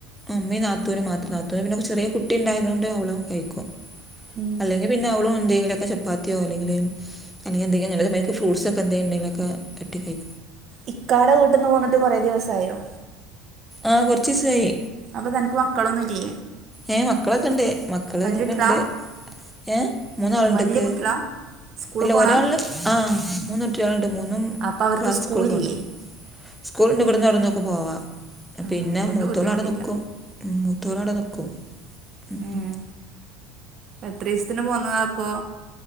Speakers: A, in the centre; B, on the right.
A: ഉമ്മീം നാത്തൂനും മാത്രം. നാത്തൂന് പിന്നെ ചെറിയ കുട്ടി ഉണ്ടായതോണ്ട് ഓളും കഴിക്കും.
B: ഉം
A: അല്ലെങ്കില് പിന്നെ അവളും എന്തെങ്കിലുമൊക്കെ ചപ്പാത്തിയോ അല്ലെങ്കില് അല്ലെങ്കി എന്തേങ്കിലും നല്ല <unintelligible> ഫ്രൂട്ടസ് ഒക്കെ എന്തെങ്കിലും ഉണ്ടേലൊക്കെ <unintelligible> കഴിക്കും.
B: ഇക്കാടെ വീട്ടിൽന്ന് പോന്നിട്ട് കുറേ ദിവസായോ
A: ആഹ് കുറച്ച്സായി
B: അപ്പൊ തനിക്ക് മക്കളൊന്നും ഇല്ലേ
A: ഏഹ് മക്കളൊക്കെ ഇണ്ട് മക്കള് ഇവിടെണ്ട്
B: കുട്ടികളാ
A: ഏഹ് മൂന്നാളുണ്ട്ക്ക്
B: വല്യ കുട്ടികളാ സ്കൂള്
A: അല്ല
B: പോണ
A: ഒരാൾ ആഹ് മൂന്ന് കുട്ടിയോളുണ്ട് മൂന്നും
B: അപ്പൊ അവർക്ക്
A: ക്ലാസ്
B: സ്കൂളില്ലേ
A: സ്കൂളക്ക് പൊണ്ട് സ്കൂളുണ്ട് ഇവിടുന്ന് അവിടെന്നൊക്കെ പോവാം
B: ആഹ്
A: പിന്നെ
B: അതുകൊണ്ട്
A: മൂത്തോള്
B: ബുദ്ധിമുട്ടില്ല
A: അവിടെ നിൽക്കും മൂത്തോള് അവിടെ നിൽക്കും മ്മ്ഹ്
B: ഉം എത്ര ദിവസത്തിന് പോന്നതാ അപ്പൊ